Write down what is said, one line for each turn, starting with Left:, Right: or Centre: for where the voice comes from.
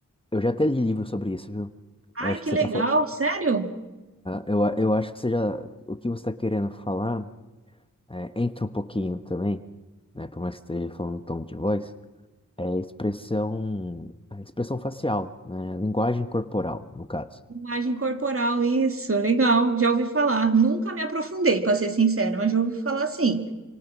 Left: eu já até li livro sobre isso, viu?
Right: Ai,
Left: Eu acho
Right: que
Left: que você
Right: legal,
Left: tá falando.
Right: sério?
Left: eu, eu acho que você já. O que você tá querendo falar é, entra um pouquinho também, né? Por mais que esteja falando em tom de voz, é expressão, a expressão facial, né? Linguagem corporal, no caso.
Right: Imagem corporal, isso, legal. Já ouvi falar. Nunca me aprofundei, para ser sincera, mas já ouvi falar sim.